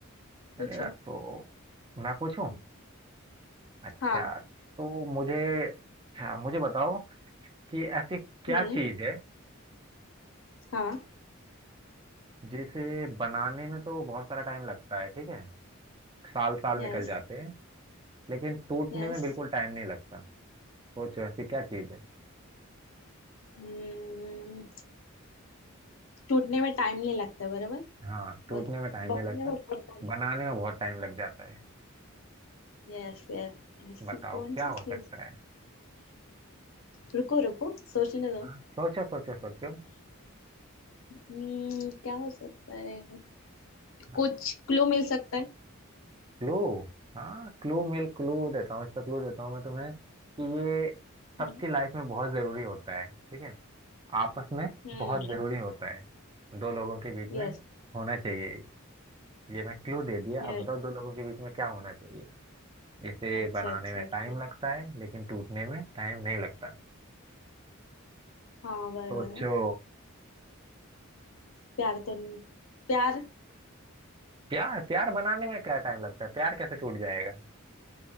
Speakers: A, on the right (about 20°); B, on the left (about 65°).
A: चलेगा
B: पूछो
A: तो मैं पूछूं
B: हम्म
A: अच्छा
B: हाँ
A: तो मुझे अच्छा मुझे बताओ कि ऐसी क्या
B: हम्म,
A: चीज है
B: हाँ
A: जिसे बनाने में तो बहुत सारा टाइम लगता है ठीक है साल साल
B: Yes
A: निकल जाते हैं लेकिन टूटने
B: yes
A: में बिल्कुल टाइम नहीं लगता सोचो ऐसी क्या चीज है
B: हम्म टूटने में टाइम नहीं लगता बराबर
A: हाँ टूटने
B: और
A: में टाइम
B: बनाने
A: नहीं लगता
B: में बहुत टाइम
A: बनाने में बहुत टाइम लग जाता है
B: Yes yes ऐसी
A: बताओ
B: कौन
A: क्या
B: सी
A: हो सकता
B: चीज
A: है
B: रुको रुको सोचने दो
A: हाँ सोचो सोचो सोचो
B: हम्म क्या हो सकता है
A: हाँ
B: कुछ क्लू मिल सकता है
A: क्लू हाँ क्लू मिल क्लू देता हूँ इसका क्लू देता हूँ मैं तुम्हें कि ये
B: हम्म
A: सबकी लाइफ में बहुत जरूरी होता है ठीक है आपस में
B: हम्म
A: बहुत जरूरी होता है दो लोगों के बीच में
B: Yes
A: होना चाहिए ये ये मैं क्लू दे दिया
B: yes
A: अब बताओ दो लोगों के बीच में क्या होना चाहिए जिसे
B: अच्छा
A: बनाने
B: अच्छा
A: में
B: अच्छा।
A: टाइम लगता है लेकिन टूटने में टाइम नहीं लगता
B: हाँ बराबर
A: सोचो
B: है प्यार तो नहीं प्यार
A: प्यार प्यार बनाने में क्या टाइम लगता है प्यार कैसे टूट जाएगा